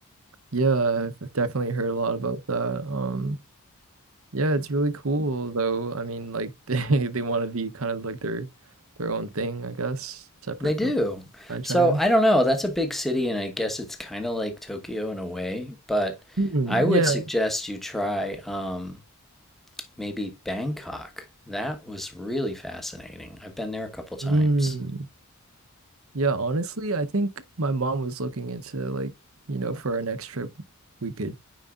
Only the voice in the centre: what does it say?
They do.
So
I don't know. That's a big city, and I guess it's kind of like Tokyo in a way, but
I would
suggest you try um, maybe Bangkok. That was really fascinating. I've been there a couple times.